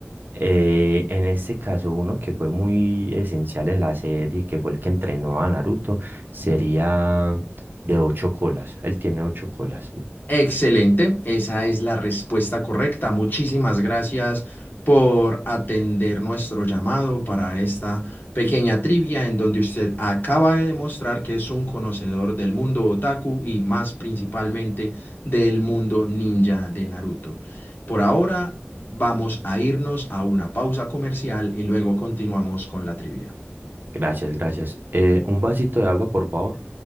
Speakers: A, on the right; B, on the left.
A: Eh, en este caso, uno que fue muy esencial en la serie, que fue el que entrenó a Naruto, sería de ocho colas. Él tiene ocho colas.
B: Excelente, esa es la respuesta correcta. Muchísimas gracias por atender nuestro llamado para esta pequeña trivia en donde usted acaba de demostrar que es un conocedor del mundo otaku y más principalmente del mundo ninja de Naruto. Por ahora vamos a irnos a una pausa comercial y luego continuamos con la trivia.
A: Gracias, gracias. Eh, un vasito de agua, por favor.